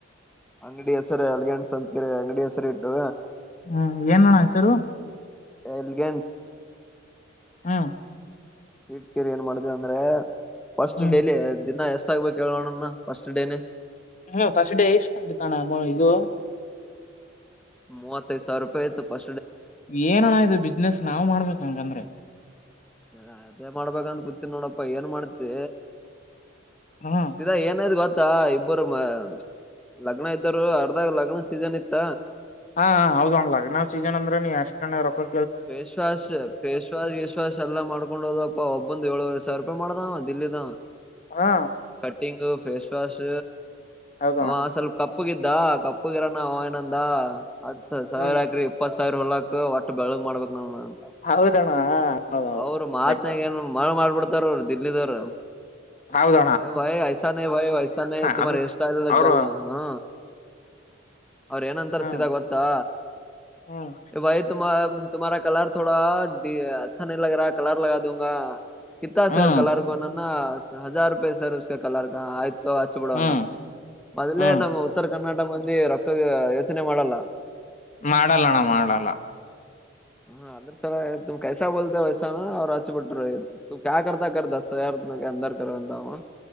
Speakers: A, in the centre; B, on the left.
A: ಅಂಗಡಿ ಹೆಸರ ಅಲ್ಗೆಂಡ ಸಂತಕರೆ ಅಂಗಡಿ ಹೆಸರ ಇಟ್ಟು
B: ಹ್ಮ್ ಏನ್ ಮಾಡೋಣ್ಣ ಹೆಸರು
A: ಎಲ್ಗಂಸ್
B: ಹಾ
A: ಇಟ್ ಕಿರಿ ಏನ್ ಮಾಡ್ದವ ಅಂದ್ರೆ ಫಸ್ಟ್
B: ಹ್ಮ್
A: ಡೇಲಿ ದಿನ ಎಷ್ಟ ಬೇಕ ಕೋಣ ಫಸ್ಟ್ ಡೇನೆ
B: ಹ್ಮ್ ಫಸ್ಟ್ ಡೇ ಸ್ತಂಟಿ ತಣ ಇದು
A: ಮೂವತ್ತ ಸಾವ ರೂಪಾಯಿ ಇ ಪ
B: ಏನಣ ಇದು ಬಿಸ್ನೆಸ್ ನಾವ್ ಮಾಡ್ಬೇಕ ಹಂಗಂದ್ರೆ
A: ಹ ಅದೇ ಮಾಡ್ಬೇಕಂದ ಕುೂತಿನ ನೋಡಪ್ಪಾ ಏನ್ ಮಾಡ್ತಿ
B: ಹ್ಮ್
A: ಸಧಾ ಏನ್ ಗೊತ್ತ ಇತ್ತಾ ಇಬ್ಬರು ಮ ಲಗ್ನ ಇದ್ದರು ಅರ್ದಾಗ ಲಗ್ನ ಸೀಸನ್ ಇತ್ತ
B: ಹಾ ಹೌ್ಣ್ ಲಗ್ನ್ ಸಿಗನ್ಂದ್ರ ನೀ ಎಷ್ಟ್ಣ್ಣ ರೊಕೋ
A: ಫೇಸ್ ವಾಶ್ ಫೇಸ್ ವಾಶ್ ಗೀಸ್ ವಾಶ್ ಎಲ್ಲಾ ಮಾಡ್ಕೊಂಡ್ ಹೋದಪ್ಪಾ ಒಬ್ಬ ಬಂದ್ ಏಳುವರೆ ಸಾವಿರ ರೂಪಾಯಿ ಮಾಡ್ದ ದಲ್ದ
B: ಹಾ
A: ಕಟ್ಟಿಂಗ್ ಫೇಸ್ ವಾಶ್
B: ಹೌದಣ
A: ಅವ ಸ್ವಲ್ಪ ಕಪ್ಪುಗಿದ್ದ ಕಪ್ಪುಗಿರ ನ ನಾದ ಂದ ಹತ್ ಸಾವಿರ
B: ಹ್ಮ್
A: ಹಾಕ್ರಿ ಇಪ್ಪತ್ ಸಾವಿರ ಹೊಲಾಕ ಒಟ್ಟು ಬೆಳಗ್ ಮಾಡ್ಬಬೇಕಕ್ ನಾವ
B: ಹೌದಣ ಹೌದೌದು
A: ಅವರು ಮಹಾತ್ನಾಗ
B: ಕರೆಕ್ಟ್
A: ಏನ್ ಮಳ ಮಾಡ್ಬಿಡ್ತಾರ ಅವರು ದಿಿಲ್ಲದವರು
B: ಹೌದ
A: ಅ ಭೈ ಐಸಾ ನ ಭೈ ಸ ನ ತುಮ
B: ಅದು
A: ಎರ್ಸ್ಟೈಲ್
B: ಅವರು
A: ಜಲ್ ಹ ಅವ್ರ ಏನಂತಾರ
B: ಹ್ಮ್
A: ಸಿದಾಗ ಗೊತ್ತಾ
B: ಹ್ಮ್
A: ಇಯ್ತು ತುಮಹಾರಾ ಕಲರ್ ೋಡಾ ಅಾ ನೀ ಲಗ ರಾ ಕಲರ್ ಲಗಾ ದೂಂಗಾ ಕ
B: ಹ್ಮ್
A: ಸರ್ ಕಲರ್ಕನ ಹಜಾರ ರೂಪೆ ಸರ್ಕ ಕಲರ್ ಆಯ ಹಚ್ಚ ಬಿಡುವನ್ನದು
B: ಹ್ಮ್
A: ಮೊದಲೇ
B: ಹ್ಮ್
A: ನಮ್ಮ ಉತ್ತರ ಕರ್ನಾಟಕ ಮಂದಿ ರೊಕ್ಕ ಯಚನೆ ಮಾಡಲ್ಲ
B: ಮಾಡಲ್ಲಣ್ಣ ಮಾಡಲ್ಲ
A: ಹಾ ಅದ್ರ ಸಲ ತು್ ಕೈಸಾ ಬೋಲತ ವೈಸಾ ಅವ್ ಆಾಚು ಬಿಟ್ಟರು ತು ಕಾತದ ಯಾರು ಅ